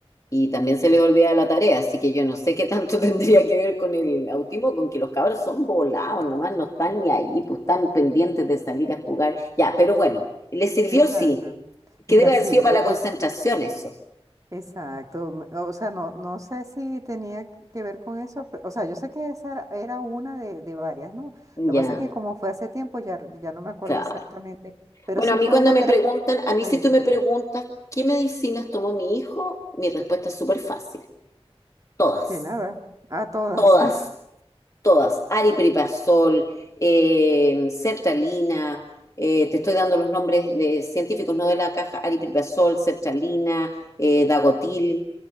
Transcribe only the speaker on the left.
y también se les olvida la tarea, así que yo no sé qué tanto <laughs> tendría que ver con el autismo, con que los cabros son volados, nomás no están ni ahí, pues están pendientes de salir a jugar. Ya, pero bueno, les sirvió
sí,
que debe haber
sido para
la
concentración eso.
Ya,
claro.
Bueno,
a mí
cuando
me
preguntan,
a mí
si tú me preguntas, ¿qué medicinas tomó mi hijo? Mi respuesta es súper fácil, todas.
Todas. Todas, aripiprazol, eh, sertralina, eh, te estoy dando los nombres de científicos, no de la caja, aripiprazol, sertralina, eh, dagotil,